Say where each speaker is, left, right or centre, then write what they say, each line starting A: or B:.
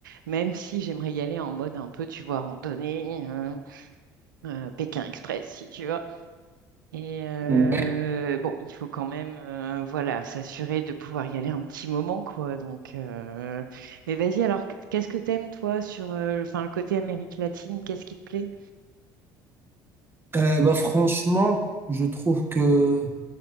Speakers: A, on the right; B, on the right.
A: même si j'aimerais y aller en mode un peu, tu vois, randonnée, euh, euh, Pékin Express, si tu veux. Et euh,
B: Ouais.
A: bon, il faut quand même, euh, voilà, s'assurer de pouvoir y aller un petit moment, quoi. Donc, euh, mais vas-y, alors, qu'est-ce que t'aimes, toi, sur, euh, enfin, le côté Amérique latine, qu'est-ce qui te plaît?
B: Euh, bah, franchement, je trouve que